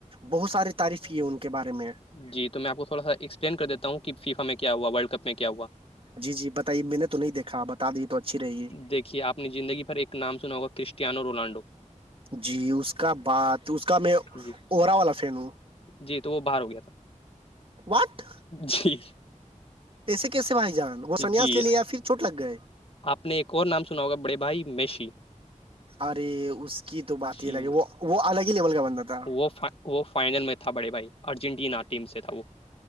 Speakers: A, on the right; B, on the left.
A: بہت ساری تعریف کیے ان کے بارے میں
B: جی تو میں آپ کو تھوڑا سا ایکسپلین کر دیتا ہوں کہ فیفا میں کیا ہوا ورلڈ کپ میں کیا ہوا
A: جی جی بتائیے میں نے تو نہیں دیکھا بتا دی تو اچھی رہے گی
B: دیکھیے آپ نے زندگی پرھر ایک نام سنا ہوگا کرسٹییاانو رونالڈو
A: جی اس کا بعات اس کا میں
B: جی
A: ارا والا فین ہوں
B: جی تو وہ باہر ہو گیا تھا
A: واٹ
B: جی
A: ایسے کیسے بھائی جان وہ سنیاس
B: جی
A: لے لے یا پھر چوٹ لگ گئے
B: آپ نے ایک اور نام سنا ہوگا بڑے بھائی میشی
A: ارے اس کی تو بات
B: جی
A: ہی الگ ہے وہ وہ الگ ہی لیول کا بنتا تھا
B: وہ فا... وہ فائنل میں تھا بڑے بھائی ارجنٹینا ٹیم سے تھا وہ